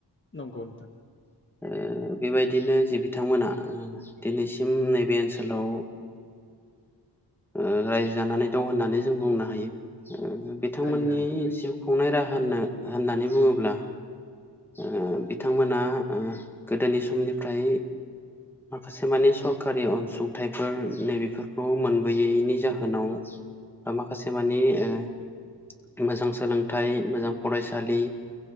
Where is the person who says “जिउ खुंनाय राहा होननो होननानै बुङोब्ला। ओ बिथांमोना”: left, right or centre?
Centre